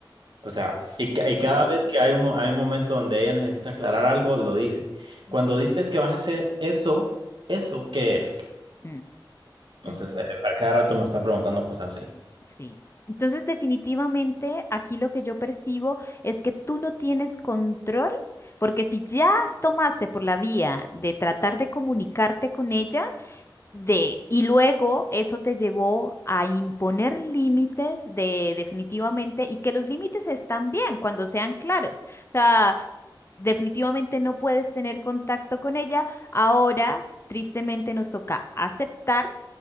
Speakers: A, on the right; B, on the left.
A: O sea, y, ca- y cada vez que hay un, mo- hay un momento donde ella necesita aclarar algo, lo dice.
B: ujú.
A: Cuando dices que vas a hacer eso, ¿eso qué es?
B: Mm,
A: Entonces,
B: ujú,
A: eh, a cada rato me está preguntando cosas así.
B: Sí. Entonces, definitivamente aquí lo que yo percibo es que tú no tienes control, porque si ya tomaste por la vía de tratar de comunicarte con ella, de, y luego eso te llevó a imponer límites de definitivamente y que los límites están bien cuando sean claros. O sea, definitivamente no puedes tener contacto con ella. Ahora, tristemente, nos toca aceptar